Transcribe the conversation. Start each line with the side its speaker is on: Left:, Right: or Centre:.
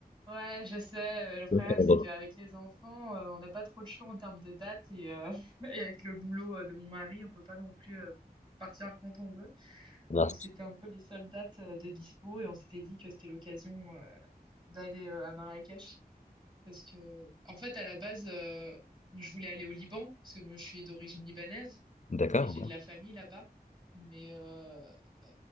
Right: Ouais, je sais. euh, Le problème,
Left: <laughs> D'accord,
Right: c'est
Left: donc,
Right: qu'avec les enfants, euh, on n'a pas trop le choix en termes de date et, euh, <laughs> et avec le boulot euh, de mon mari, on peut pas non plus euh, partir quand on veut.
Left: là,
Right: Donc c'était un peu les seules dates euh, de dispo et on s'était dit que c'était l'occasion euh, d'aller euh, à Marrakech parce que en fait à la base, euh, moi, je voulais aller au Liban parce que moi je suis d'origine libanaise
Left: D'accord,
Right: et j'ai
Left: ouais.
Right: de la famille là-bas. Mais euh, euh,